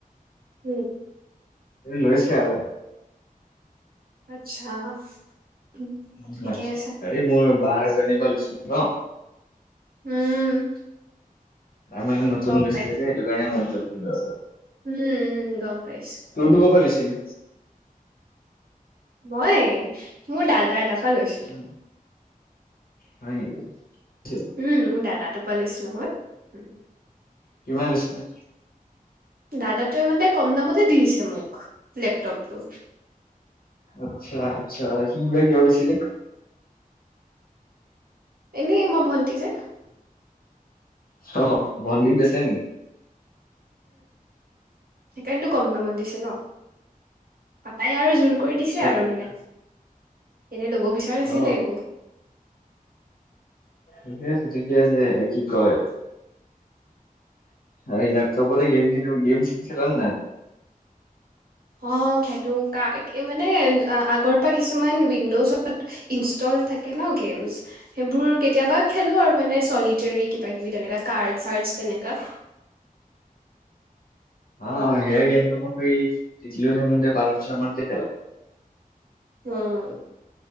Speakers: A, on the right; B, on the left.
A: উম।
B: লৈছে আৰু।
A: আচ্ছা। উম,
B: উন
A: ঠিকে
B: আচ্ছা।
A: আছে
B: এই মোৰ বাহ এজনি পৰা লৈছোঁ ন?
A: উম।
B: তাই মানে নতুন
A: গম
B: লৈছিলে যে সেইটো কাৰণে মই লৈ থৈ দিলোঁ আৰু।
A: উম-উম, গম পাইছোঁ।
B: তো টো কৰ‌ পৰা লৈছিলি?
A: মই, মোৰ দাদা এটাৰ পৰা লৈছিলোঁ।
B: উম, হয় নেকি? <unintelligible>
A: উম, মোৰ দাদাটো পৰা লৈছিলোঁ মই।
B: কিমান লৈছিলে?
A: দাদাটোৱে মানে কম দামতে দি দিছে মোক, লেপটপটো।
B: আচ্ছা-আচ্ছা। সি বা কিয় বেচিলে?
A: এনেই মই ভনটি যে।
B: অ', সহ, ভন্টিক গৈছে নেকি?
A: সেইকাৰণোটো কম দামত দিছে ন? পাপাই আৰু জোৰ কৰি
B: আচ্ছা
A: দিছে আৰু মানে। এনে লব বিচৰা নাছিলে
B: অ
A: একো।
B: ঠিকে আছে-ঠিকে আছে, কি কয়? এই লেপটপতে গেম-গেম চেম খেল নাই?
A: অ', খেলোঁ কা মানে আ আগৰ পৰা কিছুমান উইণ্ডোচত ইনষ্টলদ থাকে ন গেমচ? সেইবোৰ কেতিয়াবা খেলোঁ আৰু মানে চলিটৰী কিবা কিবি তেনেকা কাৰ্ডছ-চাৰ্ডছ তেনেকা।
B: অ', এয়াৰ গেমটো মই <unintelligible> টিকলিও থাকোতে পাঁচ বছৰ মানতে খেলা।
A: উম।